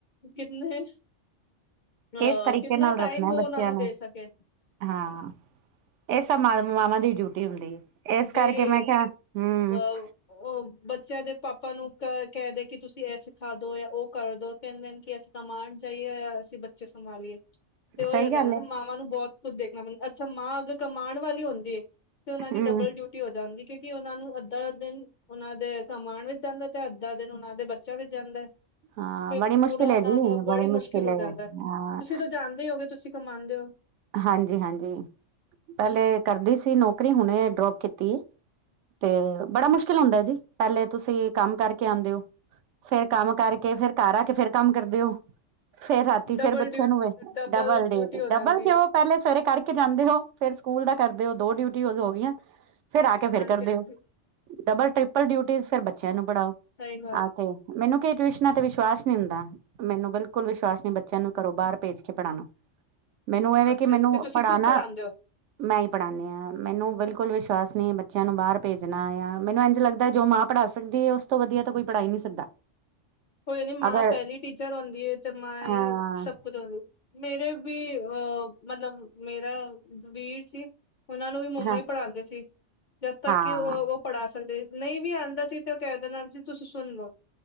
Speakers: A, on the left; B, on the right.
A: ਕਿਤਨੇ। ਅਹ
B: ਕਿਸ ਤਰੀਕੇ
A: ਕਿਤਨਾ
B: ਨਾਲ
A: ਟਾਈਮ
B: ਰੱਖਣਾ
A: ਉਹ
B: ਬੱਚਿਆਂ
A: ਉਹਨਾਂ
B: ਨੂੰ
A: ਦੇ
B: ।
A: ਸਕੇ
B: ਹਾਂ। ਇਹ ਸਭ ਮਾਂ ਮਾਵਾਂ ਦੀ ਡਿਊਟੀ ਹੁੰਦੀ ਹੈ। ਇਸ ਕਰਕੇ
A: ਜੇ
B: ਮੈਂ ਕਿਹਾ ਹਮਮ
A: ਅ,
B: ।
A: ਉਹ ਬੱਚਿਆਂ ਦੇ ਪਾਪਾ ਨੂੰ ਕਹਿ ਦੇ ਕਿ ਤੁਸੀਂ ਇਹ ਸਿਖਾ ਦੋ ਜਾਂ ਉਹ ਕਰਦੋ। ਕਹਿੰਦੇ ਨੇ ਕਿ ਅਸੀਂ । ਕਮਾਣ ਜਾਈਏ ਜਾਂ ਅਸੀਂ ਬੱਚੇ ਸੰਭਾਲੀਏ । ਤੇ ਉਹੀ
B: ਸਹੀ
A: ਹੁੰਦਾ
B: ਗੱਲ ਏ
A: ਮਾਵਾਂ ਨੂੰ ਬਹੁਤ ਕੁੱਝ ਦੇਖਣਾ ਪੈਂਦਾ। ਅੱਛਾ ਮਾਂ ਅਗਰ ਕਮਾਉਣ ਵਾਲੀ ਹੁੰਦੀ। ਤੇ ਉਹਨਾਂ
B: ਹੂੰ।
A: ਦੀ ਡਬਲ। ਡਿਊਟੀ ਹੋ ਜਾਂਦੀ ਕਿਉਂਕਿ ਉਹਨਾਂ ਨੂੰ ਅੱਧਾ ਦਿਨ ਉਹਨਾਂ ਦੇ ਕਮਾਉਣ ਵਿੱਚ ਜਾਂਦਾ ਤੇ ਅੱਧਾ ਦਿਨ ਉਹਨਾਂ ਦੇ ਬੱਚੇ। ਬੱਚਿਆਂ ਵਿੱਚ ਜਾਂਦਾ
B: ਹਾਂ,
A: ਤੇ
B: ਬੜੀ
A: ਪੂਰਾ
B: ਮੁਸ਼ਕਿਲ ਏ
A: ਉਹਨਾਂ
B: ਜੀ
A: ਦਾ ਬੜੀ ਮੁਸ਼ਕਿਲ ਹੋ
B: ਏ
A: ਜਾਂਦਾ।
B: ਹਾਂ,
A: ਤੁਸੀਂ ਤੇ ਜਾਣਦੇ। ਹੋ ਗਏ। ਤੁਸੀਂ ਕਮਾਉਂਦੇ ਹੋ?
B: ਹਾਂ ਜੀ ਹਾਂ ਜੀ ਪਹਿਲੇ ਕਰਦੀ ਸੀ ਨੌਕਰੀ। ਹੁਣੇ ਡਰੋਪ ਕੀਤੀ। ਤੇ ਬੜਾ ਮੁਸ਼ਕਿਲ ਹੁੰਦਾ ਜੀ। ਪਹਿਲੇ ਤੁਸੀਂ ਕੰਮ ਕਰਕੇ ਆਉਂਦੇ ਹੋ। ਫਿਰ ਕੰਮ ਕਰਕੇ, ਫਿਰ ਘਰ ਆ ਕੇ ਫਿਰ ਕੰਮ ਕਰਦੇ ਹੋ। ਫਿਰ ਰਾਤੀ
A: ਡਬਲ
B: ਫਿਰ ਬੱਚਿਆਂ
A: ਡਿਊ
B: ਨੂੰ ਵੇਖ। ਡਬਲ
A: ਡਿਊਟੀ
B: ਡੇਟ
A: ਹੋ
B: ਡਬਲ।
A: ਜਾਂਦੀ
B: ਕਿਉਂ
A: ਹੈ
B: ਪਹਿਲੇ ਸਵੇਰੇ ਕਰਕੇ ਜਾਂਦੇ ਹੋ। ਫਿਰ ਸਕੂਲ ਦਾ ਕਰਦੇ ਹੋ। ਦੋ ਡਿਊਟੀ ਉਦੀਆ ਹੋ ਗਈਆਂ। ਫਿਰ ਆ ਕੇ ਫਿਰ
A: ਹਾਂਜੀ
B: ਕਰਦੇ
A: ਹਾਂਜੀ
B: ਹੋ। ਡਬਲ ਟ੍ਰਿਪਲ ਡਿਊਟੀਜ਼ ਫਿਰ ਬੱਚਿਆਂ ਨੂੰ ਪੜ੍ਹਾਓ
A: ਸਹੀ ਗੱਲ
B: ਆ ਕੇ । ਮੈਨੂੰ ਕਿ ਟਿਊਸ਼ਨਾਂ ਤੇ ਵਿਸ਼ਵਾਸ ਨਹੀਂ ਹੁੰਦਾ। ਮੈਨੂੰ ਬਿਲਕੁਲ ਵਿਸ਼ਵਾਸ ਨਹੀਂ ਬੱਚਿਆਂ ਨੂੰ ਘਰੋਂ ਬਾਹਰ ਭੇਜ ਕੇ ਪੜ੍ਹਾਉਣਾ। ਮੈਨੂੰ ਇਹ ਵੇਂ
A: ਅੱਛਾ
B: ਕਿ ਮੈਨੂੰ
A: ਜੀ, ਫਿਰ ਤੁਸੀਂ
B: ਪੜ੍ਹਾਣਾ
A: ਖੁਦ ਪੜ੍ਹਾਉਂਦੇ
B: ।
A: ਹੋ?
B: ਮੈਂ ਹੀ ਪੜਾਉਂਨੀ ਹਾਂ। ਮੈਨੂੰ ਬਿਲਕੁਲ ਵਿਸ਼ਵਾਸ ਨਹੀਂ ਬੱਚਿਆਂ ਨੂੰ ਬਾਹਰ ਭੇਜਣਾ ਆ। ਮੈਨੂੰ ਇੰਝ ਲੱਗਦਾ ਜੋ ਮਾਂ। ਪੜ੍ਹਾ ਸਕਦੀ। ਉਸ ਤੋਂ ਵਧੀਆ ਤਾਂ ਕੋਈ ਪੜ੍ਹਾ ਹੀ ਨਹੀਂ ਸਕਦਾ।
A: ਕੋਈ ਨੀ ਮਾਂ
B: ਅਗਰ
A: ਪਹਿਲੀ ਟੀਚਰ ਹੁੰਦੀ ਹੈ ਤੇ ਮਾਂ
B: ਅਹ
A: ਹੀ ਸਭ ਕੁਝ ਹੁੰਦੀ ਮੇਰੇ ਵੀ। ਅਹ ਮਤਲਬ ਮੇਰਾ ਵੀਰ ਸੀ। ਉਹਨਾਂ ਨੂੰ ਵੀ ਮੰਮਾ
B: ਹਾਂ
A: ਹੀ ਪੜ੍ਹਾਉਂਦੇ ਸੀ। ਜਦ ਤੱਕ
B: ਹਾਂ
A: ਕਿ ਉਹ ਉਹ ਪੜ੍ਹਾ ਸਕਦੇ। ਨਹੀਂ ਵੀ ਆਉਂਦਾ ਸੀ ਤੇ ਉਹ ਕਹਿ ਦਿਨਾ ਸੀ ਤੁਸੀਂ ਸੁਣ ਲਓ।